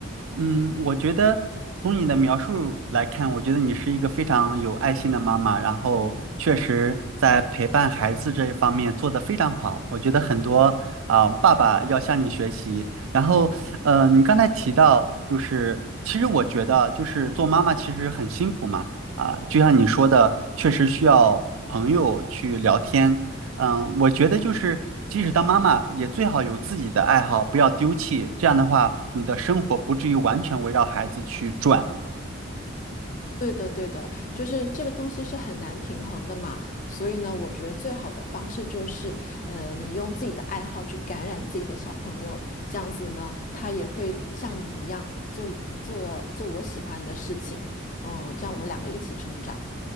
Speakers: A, on the right; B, on the left.
A: 嗯，我觉得从你的描述来看，我觉得你是一个非常有爱心的妈妈，然后确实在陪伴孩子这一方面做得非常好。我觉得很多啊，爸爸要向你学习。然后，呃，你刚才提到，就是其实我觉得，就是做妈妈其实很辛苦嘛，啊，就像你说的，确实需要朋友去聊天，嗯，我觉得就是，即使当妈妈，也最好有自己的爱好，不要丢弃。这样的话，你的生活不至于完全围绕孩子去转。
B: 对的，对的，就是这个东西是很难平衡的嘛，所以呢，我觉得最好的方式就是，呃，你用自己的爱好去感染自己的小朋友，这样子呢，他也会像你一样做做做我喜欢的事情，嗯，这样我们两个一起成长。